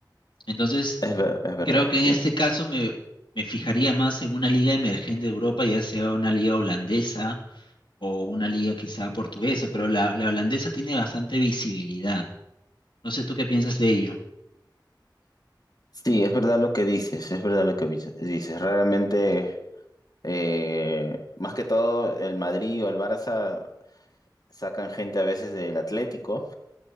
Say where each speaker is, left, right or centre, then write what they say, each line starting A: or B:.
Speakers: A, on the left; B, on the left.
A: Entonces,
B: es ver- es verdad,
A: creo que
B: sí.
A: en este caso me, me fijaría más en una liga emergente de Europa, ya sea una liga holandesa o una liga quizá portuguesa, pero la, la holandesa tiene bastante visibilidad. No sé tú qué piensas de ello.
B: Sí, es verdad lo que dices, es verdad lo que vi- dices. Raramente, eh, más que todo, el Madrid o el Barça sacan gente a veces del Atlético